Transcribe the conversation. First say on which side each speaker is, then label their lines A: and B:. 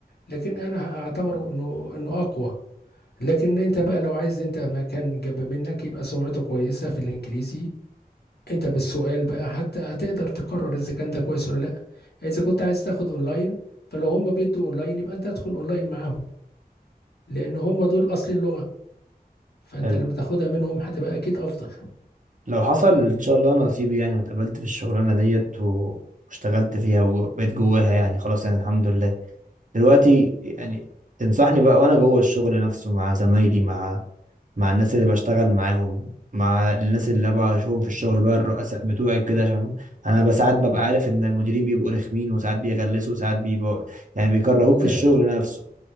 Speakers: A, on the left; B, on the right.
A: لكن انا اعتبره انه انه اقوى لكن انت بقى لو عايز انت مكان جنب منك يبقى سمعته كويسه في الانجليزي انت بالسؤال بقى حتى هتقدر تقرر اذا كان ده كويس ولا لا اذا كنت عايز تاخد اونلاين فلو هم بيدوا اونلاين يبقى انت ادخل اونلاين معاهم لان هم دول اصل اللغه فأنت
B: حلو
A: لما تاخدها منهم هتبقى أكيد أفضل.
B: لو حصل ان شاء الله نصيب يعني واتقبلت في الشغلانه ديت و- واشتغلت فيها وبقيت جواها يعني خلاص يعني الحمد لله دلوقتي يعني تنصحني بقى وانا جوه الشغل نفسه مع زمايلي مع مع الناس اللي بشتغل معاهم مع الناس اللي انا بشوفهم في الشغل بقى الرؤساء بتوعي وكده عشان انا بقى ساعات ببقى عارف ان المديرين بيبقوا رخمين وساعات بيغلسوا وساعات بيبقوا يعني بيكرهوك
A: لا،
B: في
A: لا،
B: الشغل
A: لا،
B: نفسه